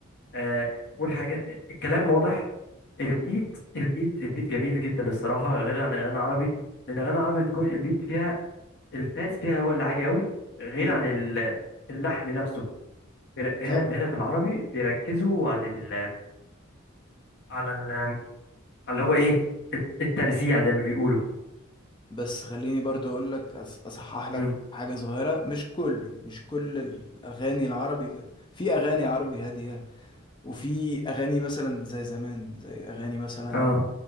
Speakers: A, on the left; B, on the left.
A: آه، اول حاجه الكلام واضح البيت
B: مم.
A: البيت البيت جميل جدا الصراحه غير عن الاغاني العربي لان الاغاني العربي بتكون البيت فيها الباس فيها هو اللي عالي قوي غير
B: مم.
A: عن ال- اللحن نفسه بير- هنا
B: صح
A: هنا في العربي بيركزوا عن ال على ال على اللي هو ايه الت- الترزيع زي ما بيقولوا
B: بس خليني برضو اقول لك أص- اصحح لك
A: امم
B: حاجه صغيره مش كله مش كل الاغاني العربي كده في اغاني عربي هاديه وفي اغاني مثلا زي زمان زي اغاني مثلا
A: اه